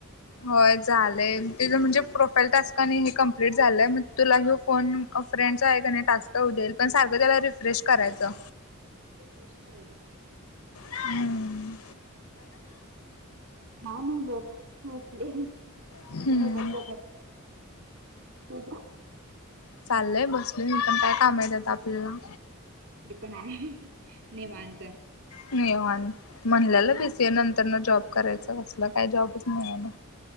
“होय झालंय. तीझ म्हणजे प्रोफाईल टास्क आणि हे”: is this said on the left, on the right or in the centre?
Left